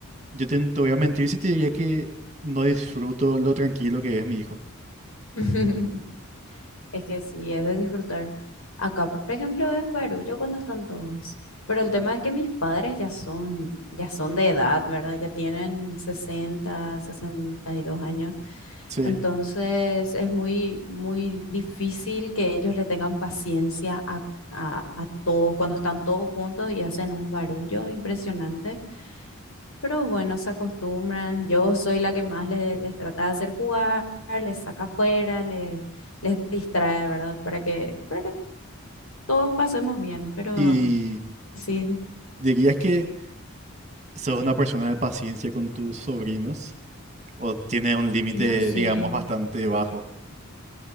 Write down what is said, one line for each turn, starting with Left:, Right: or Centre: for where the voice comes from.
Right: yo te, te voy a mentir si te diría que no disfruto lo tranquilo que es mi hijo.
Left: <laughs> Es que sí, es de disfrutar. Acá, por ejemplo, es barullo cuando están todos. Pero el tema es que mis padres ya son, ya son de edad, ¿verdad? Ya tienen sesenta sesenta y dos años.
Right: Sí.
Left: Entonces es muy, muy difícil que ellos le tengan paciencia a, a a todos cuando están todos juntos y hacen un barullo impresionante. Pero bueno, se acostumbran. Yo soy la que más le- les, trata de hacer jugar, les saca afuera, les, les distrae, ¿verdad? Para que, para que todos pasemos bien. Pero
Right: Y
Left: sí,
Right: dirías que sos una persona de paciencia con tus sobrinos. o tiene un límite,
Left: yo sí.
Right: digamos, bastante bajo.